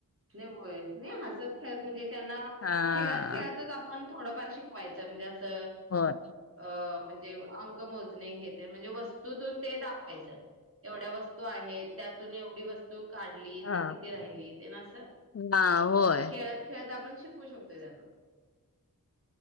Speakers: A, on the right; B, on the left.
A: नाही होय, नाही हसत खेळत म्हणजे त्यांना
B: हा
A: खेळत खेळतच आपण थोडंफार शिकवायचं म्हणजे आस ते
B: होय
A: अ म्हणजे अंक मोजणे हे ते म्हणजे वस्तूतून ते दाखवायच, एवढ्या वस्तू आहेत त्यातून एवढी वस्तू काढली
B: हा
A: तर किती, राहिली तेन आसं
B: हा होय
A: खेळत खेळत आपण शिकू शकतोय त्यांना